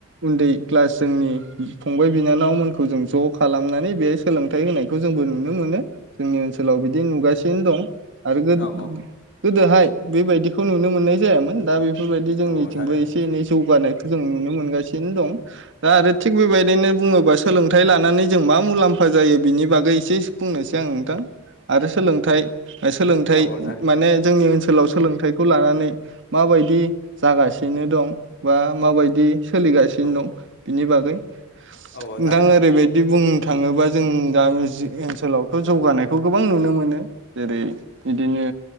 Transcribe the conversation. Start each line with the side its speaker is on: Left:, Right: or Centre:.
Right: उन्दै क्लास जोंनि फंबाय बिनानावमोनखौ जों ज खालामनानै बेहाय सोलों फोथाय होनायखौ जोंबो नुनो मोनो जोंनि ओनसोलाव बिदि नुगासिनो दं आरो गो
Left: औ
Right: गोदोहाय बेबायदिखौ नुनो मोननाय जायामोन दा बे बेफोरबायदि जोंनिथिंबो
Left: औ औ थारैनो
Right: एसे एनै जौगानाय जों नुनो मोनगासि <unintelligible> दं दा आरो थिग बेबायदिनो बुङोबा सोलोंथाइ लानानै जों मा मुलाम्फा जायो बिनि बागै एसे बुंनोसै आं नोंथां आरो सोलोंथाइ सोलोंथाइ
Left: औ औ थारैनो
Right: माने जोंनि ओनसो ओनसोलाव सोलोंथाइखौ लानानै माबायदि जागासिनो दं बा माबायदि सोलिगासिनो
Left: औ औ
Right: दं बिनि बाग नोंथां
Left: औ औ थारैनो
Right: ओरैबायदि बुंनो थाङोबा जों गामि ओनसोलावथ' जौगानायखौ गोबां नुनो मोनो जेरै- बिदिनो